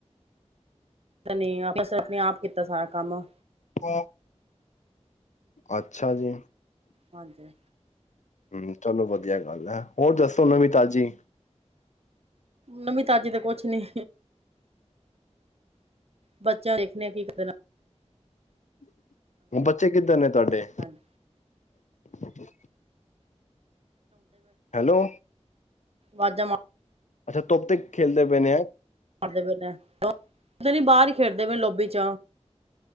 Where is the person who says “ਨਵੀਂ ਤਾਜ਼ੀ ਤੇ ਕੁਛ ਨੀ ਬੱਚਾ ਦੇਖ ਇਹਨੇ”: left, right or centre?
Right